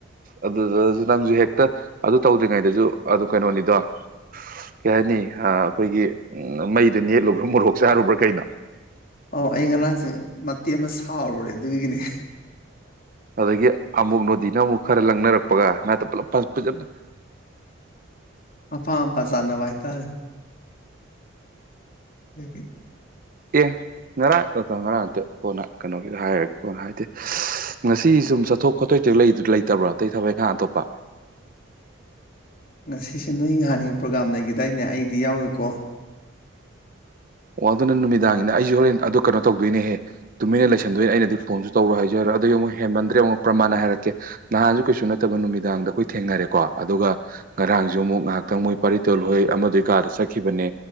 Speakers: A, on the right; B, on the left.
A: ꯑꯗꯨ ꯅꯪꯁꯨ ꯍꯦꯛꯇ ꯑꯗꯨ ꯇꯧꯗ꯭ꯔꯤꯉꯩꯗꯁꯨ ꯑꯗꯨꯝ ꯀꯩꯅꯣꯅꯤꯗꯣ ꯀꯩ ꯍꯥꯏꯅꯤ ꯑꯩꯈꯣꯏꯒꯤ ꯎꯝ ꯃꯩꯗ ꯅꯦꯠꯂꯨ ꯨꯝ ꯃꯣꯔꯣꯛ ꯆꯦ ꯍꯥꯏꯔꯨꯕ꯭ꯔꯥ ꯀꯩꯅꯣ
B: ꯑꯧ ꯑꯩ ꯉꯔꯥꯡꯁꯦ ꯃꯇꯦꯛ ꯑꯃ ꯁꯥꯎꯔꯨꯔꯦ ꯑꯗꯨꯒꯤꯅꯦ
A: ꯑꯗꯨꯗꯒꯤ ꯑꯃꯨꯛ ꯅꯗꯤꯅ ꯑꯃꯨꯛ ꯈꯔ ꯂꯪꯅꯔꯛꯄꯒ ꯅꯥꯠꯇ ꯄꯨꯂꯞ ꯄ <inaudible>
B: ꯑꯄꯥ ꯑꯄꯥ ꯆꯥꯅꯕ ꯍꯥꯏꯇꯥꯔꯦ ꯂꯩ
A: ꯑꯦ ꯉꯔꯥꯡ ꯉꯔꯥꯡ ꯅꯠꯇ ꯀꯣꯟꯅ ꯀꯩꯅꯣꯒꯤꯗ ꯍꯥꯏꯔꯛꯒꯦ ꯀꯣꯟꯅ ꯍꯥꯏꯗꯤꯦ ꯉꯁꯤ ꯁꯨꯝ ꯆꯠꯊꯣꯛ ꯈꯣꯠꯊꯣꯛ ꯂꯩꯇꯕ꯭ꯔꯣ ꯑꯇꯩ ꯊꯕꯛꯈꯥ ꯑꯇꯣꯞꯄ
B: ꯉꯁꯤꯁꯦ ꯅꯣꯏ ꯅꯍꯥꯟꯒꯤ ꯄ꯭ꯔꯣꯒꯥꯝ ꯂꯩꯈꯤꯗꯥꯏꯅꯦ ꯑꯩꯗꯤ ꯌꯥꯎꯔꯨꯀꯣ
A: ꯑꯣ ꯑꯗꯨꯅ ꯅꯨꯃꯤꯗꯥꯡꯒꯤꯅ ꯑꯩꯁꯨ ꯍꯣꯔꯦꯟ ꯑꯗꯨ ꯀꯩꯅꯣ ꯇꯧꯗꯣꯏꯅꯦꯍꯦ ꯇꯨꯃꯤꯟꯅ ꯂꯩꯁꯟꯗꯣꯏꯅꯦ ꯑꯩꯅꯗꯤ ꯐꯣꯟꯁꯨ ꯇꯧꯔꯣ ꯍꯥꯏꯖꯔꯣ ꯑꯗꯨꯏ ꯑꯃꯨꯛ ꯍꯦꯃꯟꯗ꯭ꯔꯦ ꯑꯃꯨꯛ ꯄ꯭ꯔꯃꯥꯟꯅ ꯍꯥꯏꯔꯛꯀꯦ ꯅꯍꯥꯟꯁꯨ ꯀꯩꯁꯨ ꯅꯠꯇꯕ ꯅꯨꯃꯤꯗꯥꯡꯗ ꯑꯩꯈꯣꯏ ꯊꯦꯡꯅꯔꯦꯀꯣ ꯑꯗꯨꯒ ꯉꯔꯥꯡꯁꯨ ꯑꯃꯨꯛ ꯉꯥꯏꯍꯥꯛꯇꯪ ꯃꯣꯏ ꯄꯥꯔꯤꯇꯣꯜꯍꯣꯏ ꯑꯃꯗꯒꯤ ꯀꯥꯗ ꯆꯠꯈꯤꯕꯅꯦ